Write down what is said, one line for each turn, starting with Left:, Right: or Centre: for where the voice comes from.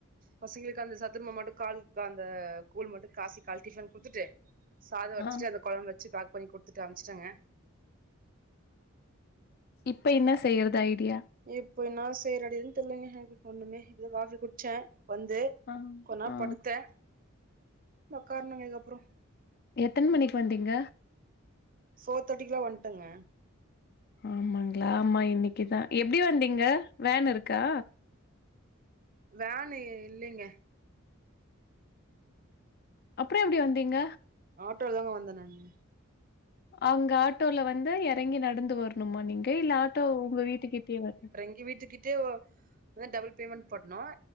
Right: பசங்களுக்கு அந்த சத்துமா மட்டு கால் அந்த கூழ் மட்டு காசி கால் டிஃபன் குடுத்துட்டு சாதோ வட்சிட்டு
Left: ஆ
Right: அந்த கொழம்பு வச்சு பேக் பண்ணி குடுத்துட்டு அம்பிச்சுட்டங்க
Left: இப்ப என்ன செய்யறதா ஐடியா
Right: இப்போ என்ன செய்றடின் தெரிலங்க எனக்கு ஒண்ணுமே இப்ப காஃபி குட்ச்சே வந்து
Left: ஆ
Right: கொஞ்சநேரோ
Left: ஆ
Right: படுத்தே ஒக்காரனுங்க இதுக்கு அப்பறோ
Left: எத்தன மணிக்கு வந்தீங்க
Right: ஃபோர் தேர்ட்டிக்குல வந்துட்டங்க
Left: ஆமாங்களா ஆமா இன்னைக்குதா எப்டி வந்தீங்க வேன் இருக்கா
Right: வேனு இல்லைங்க
Left: அப்பறோ எப்டி வந்தீங்க
Right: ஆட்டோலதாங்க வந்தே நானு
Left: அங்க ஆட்டோல வந்து எறங்கி நடந்து வரணுமா நீங்க இல்ல ஆட்டோ உங்க வீட்டுக்கிட்டயே வரு
Right: எ வீட்டுக்கிட்டே வ அதா டபுள் பேமெண்ட் பண்ணனு